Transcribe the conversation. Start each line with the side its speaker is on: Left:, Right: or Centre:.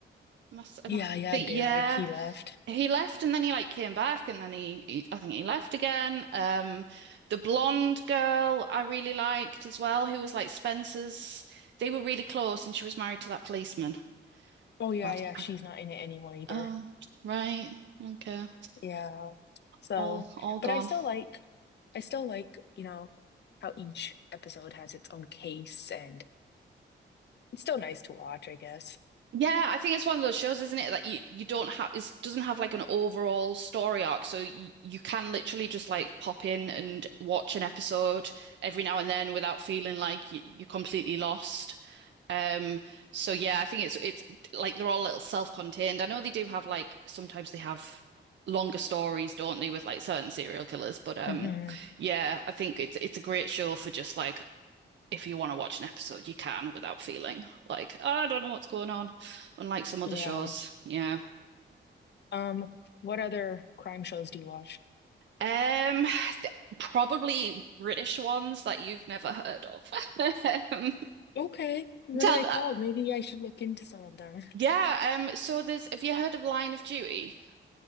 Right: Must, I
Left: Yeah,
Right: must
Left: yeah,
Right: think,
Left: Derek,
Right: yeah.
Left: he left.
Right: He left and then he like came back and then he, he, I think he left again. Um, the blonde girl I really liked as well, who was like Spencer's. They were really close and she was married to that policeman.
Left: Oh yeah,
Right: But,
Left: yeah, she's
Right: um,
Left: not in it anymore either.
Right: oh, right. Okay.
Left: Yeah. So,
Right: All, all gone.
Left: but I still like, I still like, you know, how each episode has its own case and it's still nice to watch, I guess.
Right: Yeah, I think it's one of those shows, isn't it? That you you don't have it doesn't have like an overall story arc, so you you can literally just like pop in and watch an episode every now and then without feeling like you, you're completely lost. Um, so yeah, I think it's it's like they're all a little self-contained. I know they do have like sometimes they have longer stories, don't they, with like certain serial killers, but um,
Left: hmm
Right: yeah, I think it's it's a great show for just like if you want to watch an episode, you can without feeling like, "Oh, I don't know what's going on, unlike some other
Left: Yeah.
Right: shows. Yeah.
Left: Um, what other crime shows do you watch?
Right: Um, th- probably British ones that you've never heard of. <laughs> Um,
Left: Okay. What
Right: tell
Left: are they
Right: me,
Left: called?
Right: uh,
Left: Maybe I should look into some of them.
Right: yeah. Um, so there's, have you heard of Line of Duty?